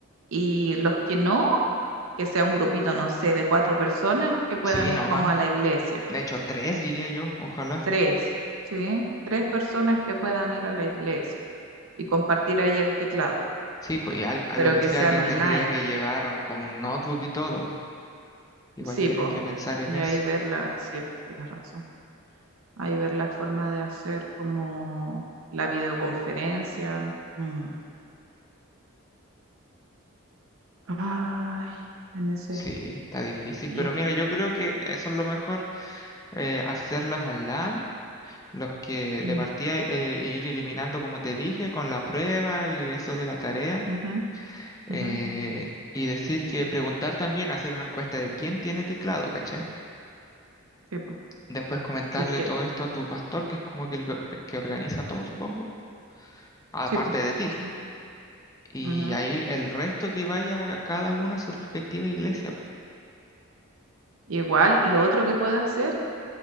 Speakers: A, on the right; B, on the left.
A: Y los que no, que sea un grupito, no sé, de cuatro personas que puedan
B: sí, no
A: ir como
B: más.
A: a la iglesia.
B: De hecho, tres diría yo, ojalá.
A: Tres, ¿sí? Tres personas que puedan ir a la iglesia y compartir ahí el teclado,
B: Sí, pues y al- a
A: pero
B: lo que
A: que
B: sí
A: sean
B: alguien
A: online.
B: tendría que llevar como un notebook y todo. po. Igual
A: Sí,
B: tienes
A: po.
B: que pensar en
A: Y
B: eso.
A: ahí ver la, sí, pues tienes razón. Ahí ver la forma de hacer como la videoconferencia. Mm. Ay, en ese.
B: Sí, está difícil,
A: Y
B: pero
A: es
B: mira,
A: que.
B: yo creo que eso es lo mejor, eh, hacerlas online los que
A: mm,
B: de partida eh, ir eliminando, como te dije, con la prueba y eso de la tarea.
A: ujú,
B: eh,
A: ujú,
B: y decir que preguntar también, hacer una encuesta de quién tiene teclado, ¿cachai?
A: sí, po.
B: Después comentarle
A: Y es que.
B: todo esto a tu pastor, que es como que el go- el que organiza todo, supongo, aparte
A: Sí, po.
B: de ti.
A: Sí.
B: Y
A: ujú.
B: ahí el resto que vaya cada uno a su respectiva iglesia. po.
A: Igual, lo otro que puedo hacer